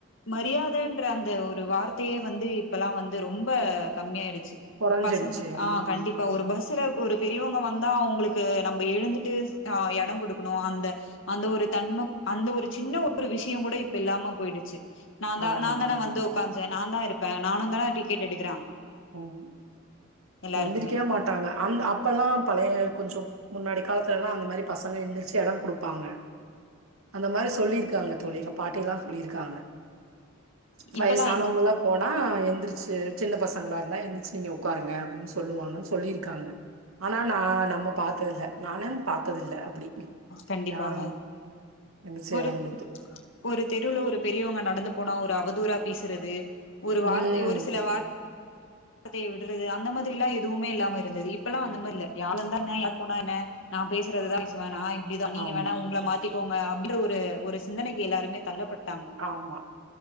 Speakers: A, on the left; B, on the right.
A: மரியாதன்ற அந்த ஒரு வார்த்தையே வந்து இப்பலா வந் து ரொம்ப கம்மியா ஆயிடு சு
B: கொறஞ்சிடுச்சு
A: பசங்களுக்கு ஆஹ்
B: ம்
A: கண்டிப்பா ஒரு பஸ்ல ஒரு பெரியவங்க வந்தா அவங்களுக்கு நம்ப எழுந்துட்டு ச் ஆஹ் எட குடுக்குணு அந்த அந்த ஒரு தன்ம அந்த ஒரு சின்ன ஒரு விஷய கூட இப்ப இல்லாம போயிடுச்சு நா தா
B: ஆமா
A: நா தானே
B: ஆமா
A: வந்து உக்கான்சே நா தா இருப்ப நானு தான டிக் கெட் எடு
B: உம்
A: எல்லாருக்குமே
B: எந்திரிக்கவே மாட்டாங்க அந்த் அப்பலா பழைய கொஞ்சோ முன்னாடி காலத்துலலா அந்த மாரி பசங்க எழுந்திரிச்சு எட கொடுப்பாங்க அந்த மாரி சொல்லியிருக்காங்க தோழி எங்க பாட்டிலா சொல்லிர்காங்க வயசானவங்கலா
A: இப்பல்லா
B: போனா எந்திரிச் ச சின்ன பச் சங்களா இருந்தா ஏந்திச்சு நீங்க உக்காருங்க அப்டின்னு சொல்லுவாங்கனு சொல்லிருக்காங்க ஆனா நா நம்ம பாத்ததில்ல நானு பாத் த்ததில்ல அப்டி
A: கண்டிப்பாங்க
B: யாரு எந்திரிச்சு
A: ஒரு
B: எடோ குடுத்து
A: ஒரு தெருவுல ஒரு பெரியவங்க நடந்து போனா ஒரு அ வதூரா பேசுறது ஒரு வார்த்தை
B: ம்
A: ஒரு சில வார் ர்த்தைய விடுறது அந்த மாதிரி எல்லா எதுவுமே இல்லாம இருந்தது இப்பலா அந்த மாரி இல்ல யார் வந்தா இருந்தா என்ன யார் போனா என்ன நா பேசுறது தா பேசுவ நா இப் ப்டி தா நீங்க
B: ஆமா
A: வேணா உங்கள மாத்திக் போங்க அப் ப்டின்றத ஒரு ஒரு சிந்தனைக்கு எல்லாருமே தள்ளப்பட்
B: ஆமா